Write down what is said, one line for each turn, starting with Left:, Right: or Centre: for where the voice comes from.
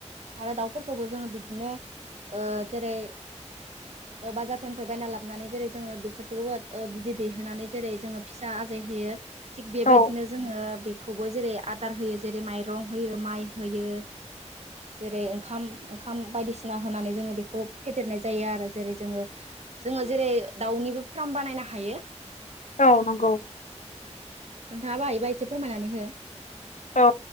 Right: आरो दाउफोरखौबो जोङो बिदिनो ओ जेरै ओ बाजारफोरनिफाय बायना लाबनानै जेरै जोङो बेसोरखौबो ओ बिदै दैहोनानै जेरै जोङो फिसा होयो थिग बेबायदिनो
Left: औ
Right: जोङो बेखौबो जेरै आदार होयो जेरै माइरं होयो माइ होयो। जेरै ओंखाम ओंखाम बायदिसिना होनानै जोङो बेखौ फेदेरनाय जायो आरो जेरै जोङो जोङो जेरै दाउनिबो फ्राम बानायनो हायो।
Left: औ नंगौ।
Right: नोंथाङा बो हायोबा एसे फोरमायनानै हो।
Left: औ